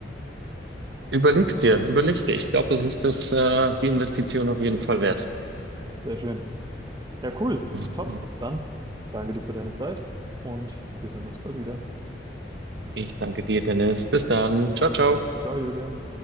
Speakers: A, on the right; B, on the right.
A: Überleg's dir, überleg's dir. Ich glaube, es ist das, äh, die Investition auf jeden Fall wert.
B: Sehr schön. Ja, cool.
A: Okay,
B: Top. Dann danke dir für deine Zeit und wir hören uns bald wieder.
A: Ich danke dir, Dennis. Bis dann. Ciao, ciao.
B: Hm. Ciao, Julian.